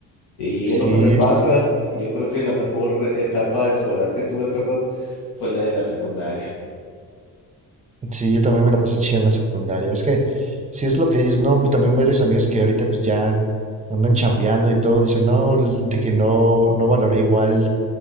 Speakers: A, on the left; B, on the right.
A: Y
B: Sí,
A: es lo que me pasa. y Yo creo que la mejor etapa escolar que tuve, perdón, fue la de la secundaria.
B: Sí, yo también me la pasé chido en la secundaria. Es que, si es lo que dices, ¿no? También varios amigos que ahorita pues ya andan chambeando y todo, dicen, no, l- de que no, no valoré igual,